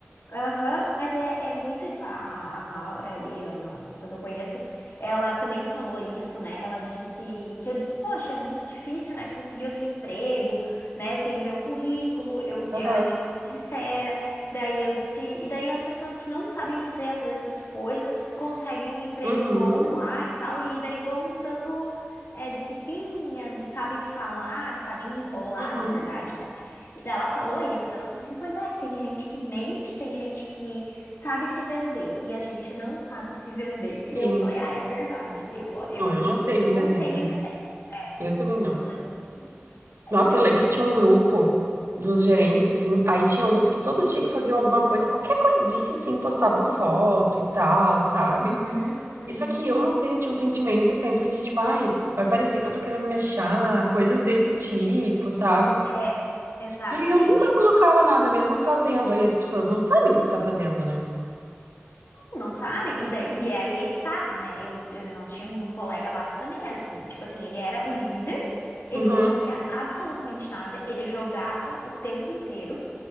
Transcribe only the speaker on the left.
Aham, mas é, é muito isso. A, a a Laura ali, é uma pessoa que eu conheço, ela também falou isso, né? Ela disse que eu disse, poxa, é muito difícil, né? Conseguir outro emprego, né? Eu tenho meu currículo, eu,
eu- ali eu sou sincera. Daí eu disse, e daí as pessoas que não sabem fazer às vezes as coisas conseguem um emprego
bom lá e tal, e daí vão dando é, desculpinhas e sabem falar, sabem enrolar,
na verdade, né? E dela falou isso, dela disse assim, pois é, que tem gente que mente, tem gente que sabe se vender, e a gente não sabe se vender. E
eu falei, ah, é verdade, eu, eu
sou
uma
pessoa que
eu
não sei
me vender,
eu, só não,
eu não, não sei
como é
que
funciona
isso.
Uhum, uhum.
É, exatamente.
Não sabem, e, daí, e é aí é que tá, né? Eu, eu- nós tínhamos um colega lá que também era assim, tipo assim, ele era o líder, ele
não fazia absolutamente nada, ele jogava o tempo inteiro,